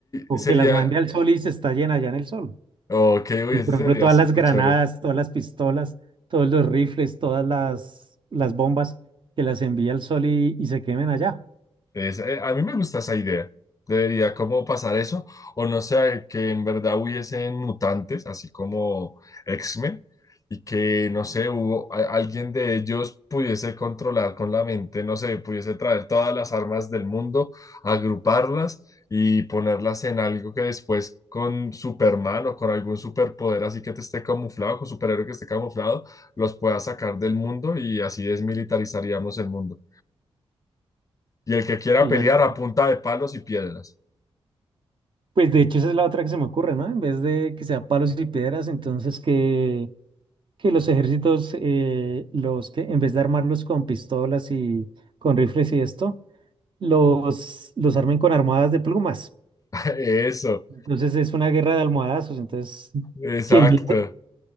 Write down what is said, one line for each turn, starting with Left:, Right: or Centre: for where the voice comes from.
Right: O
Left: sería,
Right: que las mande al sol y se estallen allá en el sol.
Left: ok, uy,
Right: Y, por
Left: ese
Right: ejemplo,
Left: sería
Right: todas
Left: súper
Right: las granadas,
Left: chévere.
Right: todas las pistolas, todos los rifles, todas las, las bombas que las envía al sol y, y se quemen allá.
Left: Es, eh, a mí me gusta esa idea. Debería como pasar eso, o no sé, que en verdad hubiesen mutantes, así como X-Men, y que, no sé, hubo, a- alguien de ellos pudiese controlar con la mente, no sé, pudiese traer todas las armas del mundo, agruparlas y ponerlas en algo que después con Superman o con algún superpoder así que te esté camuflado, con superhéroe que esté camuflado, los pueda sacar del mundo y así desmilitarizaríamos el mundo. Y el que quiera
Right: Claro.
Left: pelear a punta de palos y piedras.
Right: Pues de hecho esa es la otra que se me ocurre, ¿no? En vez de que sea palos y piedras, entonces que, que los ejércitos, eh, los que en vez de armarlos con pistolas y con rifles y esto, los, los armen con almohadas de plumas.
Left: <laughs> Eso,
Right: Entonces es una guerra de almohadazos. Entonces,
Left: exacto.
Right: 100.000